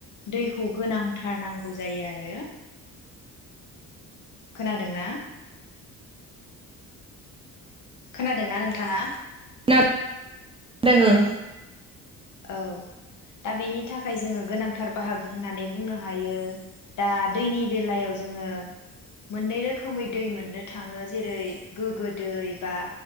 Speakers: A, on the left; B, on the right.
A: दै खौ गोनांथार नांगौ जायो आरो। खोनादों ना? खोना दोंना नोंथाङा?
B: <unintelligible> दों ओं
A: औ दा बेनि थाखाय जोङो गोनांथार बाहागो होननानै बुंनो हायो दा दैनि बेलायाव जोङो मोननै रोखोम रोखोमै दै मोननो थाङो जेरै गोगो दै बा